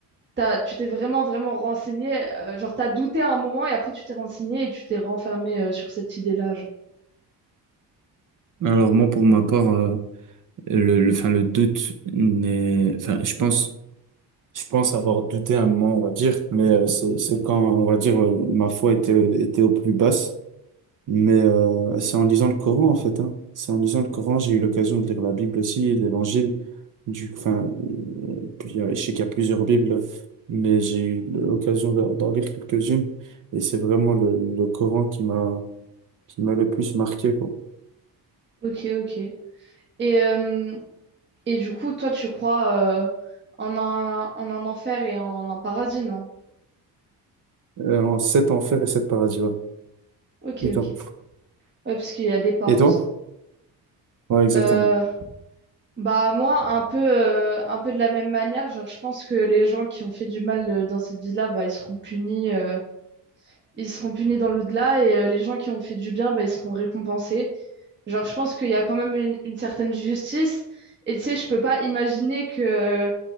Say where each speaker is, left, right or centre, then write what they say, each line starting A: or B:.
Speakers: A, on the right (about 25°); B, on the right (about 50°).
A: t'as- tu t'es vraiment vraiment renseigné, euh, genre t'as douté à un moment et après tu t'es renseigné et tu t'es renfermé euh, sur cette idée-là, genre.
B: Alors moi pour ma part euh, le le enfin le doute n'est enfin je pense je pense avoir douté un moment on va dire mais euh, c'est c'est quand on va dire euh, ma foi était était au plus basse Mais euh, c'est en lisant le Coran, en fait, hein. C'est en lisant le Coran, j'ai eu l'occasion de lire la Bible aussi, l'Évangile. Du, enfin, euh, puis, euh, je sais qu'il y a plusieurs Bibles, mais j'ai eu l'occasion d'en d'en lire quelques-unes. Et c'est vraiment le, le Coran qui m'a qui m'a le plus marqué, quoi.
A: Ok, ok. Et, euh, et du coup, toi, tu crois euh, en un, en un enfer et en un paradis, non?
B: Euh, en sept enfers et sept paradis, ouais.
A: Ok,
B: Putain.
A: ok. Ouais, parce qu'il y a des portes.
B: Et toi? Ouais, exactement.
A: Euh, Bah moi un peu euh, un peu de la même manière, genre je pense que les gens qui ont fait du mal euh, dans cette vie-là, bah ils seront punis euh, ils seront punis dans l'au-delà et euh, les gens qui ont fait du bien, bah ils seront récompensés. Genre je pense qu'il y a quand même une, une certaine justice et tu sais je peux pas imaginer que euh,